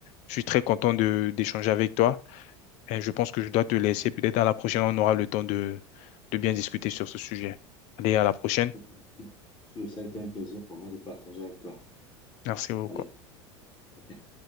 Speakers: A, on the left (about 50°); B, on the left (about 30°).
A: je suis très content de d'échanger avec toi. Et je pense que je dois te laisser. Peut-être à la prochaine, on aura le temps de, de bien discuter sur ce sujet. Allez, à la prochaine.
B: Ok, ok. Ça a été un plaisir pour moi de partager avec toi.
A: Merci beaucoup.
B: Allez, ok.